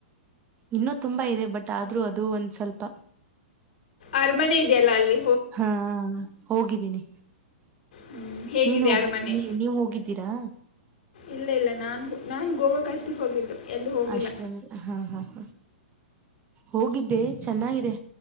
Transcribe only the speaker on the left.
ಅರಮನೆ ಇದೆಯಲ್ಲಾ ಅಲ್ವಿ
ಹ್ಮ್, ಹೇಗಿದೆ
ಅರಮನೆ
ಇಲ್ಲ ಇಲ್ಲ ನಾನು ಹು ನಾನ್ ಗೋವಾಕ ಅಷ್ಟೇ ಹೋಗಿದ್ದು ಎಲ್ಲೂ ಹೋಗಿಲ್ಲ